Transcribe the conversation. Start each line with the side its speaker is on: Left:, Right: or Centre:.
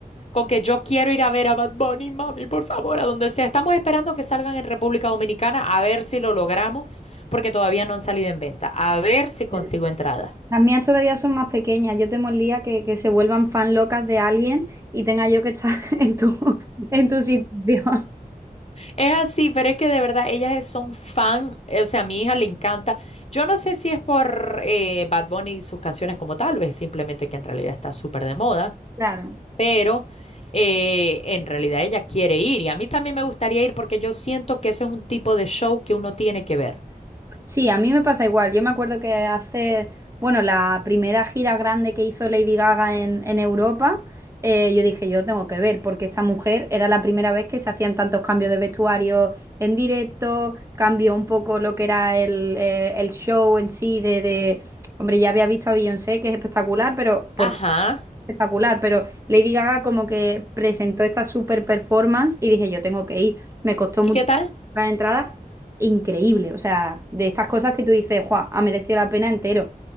Left: Con que yo quiero ir a ver a Bad Bunny, mami, por favor, a donde sea. Estamos esperando que salgan en República Dominicana a ver si lo logramos, porque todavía no han salido en venta. A ver si consigo
Right: claro.
Left: entrada.
Right: Las mías todavía son más pequeñas. Yo temo el día que, que se vuelvan fan locas de alguien y tenga yo que estar <laughs> en tu, en tu situación.
Left: Es así, pero es que de verdad ellas es- son fan, eh, o sea, a mi hija le encanta. Yo no sé si es por eh, Bad Bunny y sus canciones como tal, o es simplemente que en realidad está súper de moda,
Right: Claro.
Left: pero eh, en realidad ella quiere ir y a mí también me gustaría ir porque yo siento que eso es un tipo de show que uno tiene que ver.
Right: Sí, a mí me pasa igual. Yo me acuerdo que hace, bueno, la primera gira grande que hizo Lady Gaga en, en Europa, eh, yo dije, yo tengo que ver, porque esta mujer era la primera vez que se hacían tantos cambios de vestuario en directo, cambió un poco lo que era el, eh, el show en sí de, de- Hombre, ya había visto a Beyoncé, que es espectacular, pero por
Left: Ajá.
Right: espectacular, pero Lady Gaga como que presentó esta super performance y dije, yo tengo que ir. Me costó
Left: ¿Y
Right: mucho
Left: qué tal?
Right: la entrada, increíble. O sea, de estas cosas que tú dices, ¡guau! Ha merecido la pena entero.